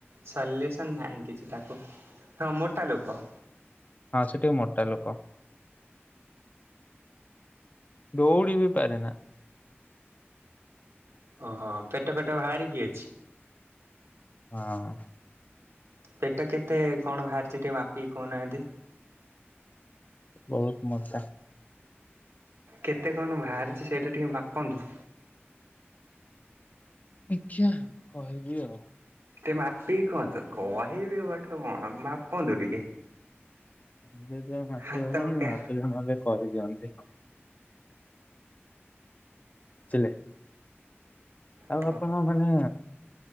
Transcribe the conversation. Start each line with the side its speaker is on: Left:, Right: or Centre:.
Right: ସଲୁସନ ନାହିଁ କିଛି ତାକୁ ହଁ ମୋଟା ଲୋକ।
Left: ହଁ ସେଟିକେ ମୋଟା ଲୋକ। ଦୌଡ଼ିବି ପାରେନା।
Right: ଓହୋ ପେଟ ଫେଟ ବାହାରିକି ଅଛି?
Left: ହଁ।
Right: ପେଟ କେତେ କଣ ବାହାରିଚି ଟିକେ ମାପିକି କଉନାଆନ୍ତି?
Left: ବହୁତ ମଜା।
Right: କେତେ କଣ ବାହାରିଚି ସେଇଟା ଟିକେ ମାପନ୍ତୁ।
Left: ଆଜ୍ଞା କହିବି ଆଉ।
Right: ଟେ ମାପିକି କୁହନ୍ତୁ କହିବି ଗୋଟେ କଣ ମାପନ୍ତୁ ଟିକେ।
Left: ଏବେ ତ ମାଟି
Right: ହାତ
Left: ହବନି
Right: ପକା
Left: ମାାପିଲେ ନହେଲେ କରିଦିଅନ୍ତି। ଥିଲେ ଆଉ
Right: ଅ
Left: ଆପଣ ମାନେ